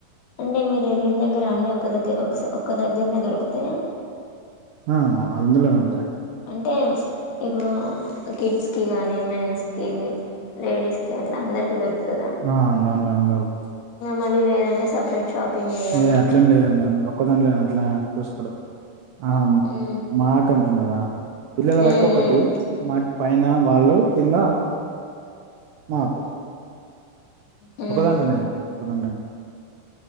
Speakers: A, on the left; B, on the right.
A: అంటే మీరు వెళ్ళిన దగ్గర అన్ని ఒకక్క దగ్గర ఒక ఒక్క దగ్గరనే దొరుకుతాయా
B: ఆ అందులోనే ఉంటాయి
A: అంటే ఇప్పుడు కిడ్స్ కి గానీ మెన్స్ కి లేడీస్ కి అట్లా అందరికి దొరుకుత
B: ఆ దాన్లో ఉండవ్
A: మళ్లీ లేదంటే సపరేట్ షాపింగ్ చేయాలా
B: ఏ అట్లేం లేదండి ఒక్క దాంట్లో నే అట్లా చూసుకోడు ఆ
A: మ్మ్
B: మాకి అంటున్నావ్ బ పిల్లల
A: మ్మ్
B: వరకు ఒకటి మాకు పైన వాళ్ళు కింద నాకు
A: మ్మ్
B: ఒక దాంట్లో ఉన్నాయిక ఒక దాంలో ఉన్నా